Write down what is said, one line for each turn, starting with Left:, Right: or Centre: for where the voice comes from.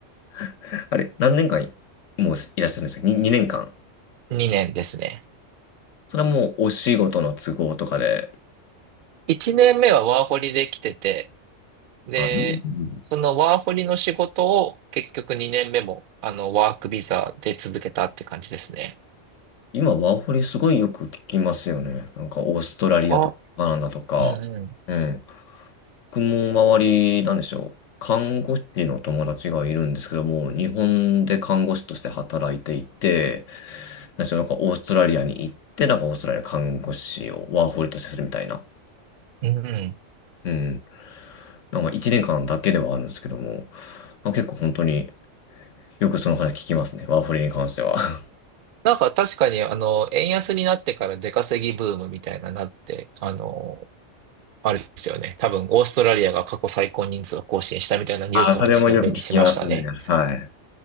Left: あ、<laughs> あれ、何年間もういらっしゃるんですか ?2、に二年間。
Right: 2年ですね。
Left: それはもうお仕事の都合とかで。
Right: 1年目はワーホリで来てて、で、
Left: あ、うん
Right: そのワーホリの仕事を結局2年目も、あの、ワークビザで続けたって感じですね。
Left: 今、ワーホリすごいよく聞きますよね。なんか、オーストラリアとか、
Right: あ、
Left: カナダとか。
Right: うんうん。
Left: うん。僕も周り、なんでしょう。看護師の友達がいるんですけども、日本で看護師として働いていて、なんでしょう、なんかオーストラリアに行って、なんかオーストラリアの看護師をワーホリとしてするみたいな。
Right: うんうん。
Left: うん。なんか1年間だけではあるんですけども、まあ、結構本当によくその話聞きますね。ワーホリに関しては。
Right: なんか確かに、あの、円安になってから出稼ぎブームみたいななって、あの、あれですよね。多分、オーストラリアが過去最高人数を更新したみたいなニュースは自分目にしましたね。
Left: <laughs> あ、それもよく聞きますね。はい。